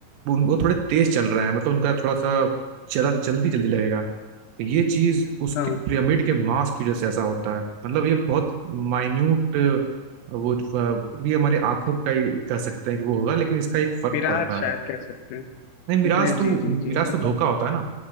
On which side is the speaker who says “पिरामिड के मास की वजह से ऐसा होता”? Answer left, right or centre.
Right